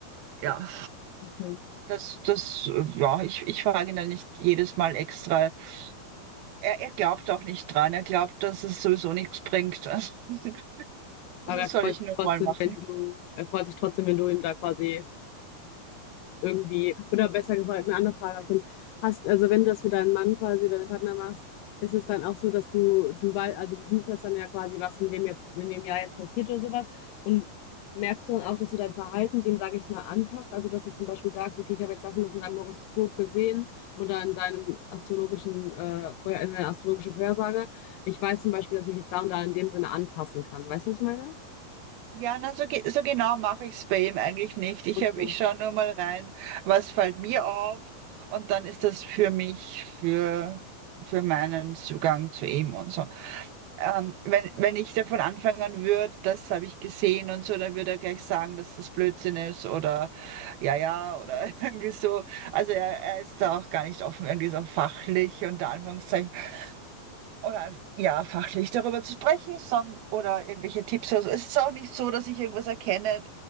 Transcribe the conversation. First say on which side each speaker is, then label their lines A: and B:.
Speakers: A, on the right (about 80°); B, on the left (about 80°).
A: ja,
B: okay.
A: das, das, äh, ja, ich, ich frage ihn dann nicht jedes Mal extra. Er, er glaubt auch nicht dran. Er glaubt, dass es sowieso nichts bringt. <laughs> Also,
B: Aber
A: das
B: er
A: soll
B: freut
A: ich
B: sich
A: nur
B: trotzdem,
A: mal machen.
B: wenn du, er freut sich trotzdem, wenn du ihm da quasi irgendwie, oder besser gefragt, eine andere Frage habe ich dann, hast, also wenn du das für deinen Mann quasi oder deinen Partner machst, ist es dann auch so, dass du, du weißt, also du siehst das dann ja quasi, was in dem jetzt, in dem Jahr jetzt passiert oder sowas und merkst du dann auch, dass du dein Verhalten dem, sage ich mal, anpasst, also dass du zum Beispiel sagst, okay, ich habe jetzt das und das in seinem Horoskop gesehen oder in seinem astrologischen, äh, Vorher- in seiner astrologischen Vorhersage, ich weiß zum Beispiel, dass ich mich jetzt da und da in dem Sinne anpassen kann, weißt du, was ich meine?
A: Ja, na, so, ge- so genau mache ich es bei ihm eigentlich nicht. Ich
B: Okay.
A: hab, ich schaue nur mal rein, was fällt mir auf und dann ist das für mich, für, für meinen Zugang zu ihm und so. Ähm, wenn, wenn ich davon anfangen würde, das habe ich gesehen und so, dann würde er gleich sagen, dass das Blödsinn ist oder ja, ja, oder <laughs> irgendwie so. Also er, er ist da auch gar nicht offen, irgendwie so fachlich unter Anführungszeichen oder ja, fachlich darüber zu sprechen, sondern oder irgendwelche Tipps. Also es ist auch nicht so, dass ich irgendwas erkenne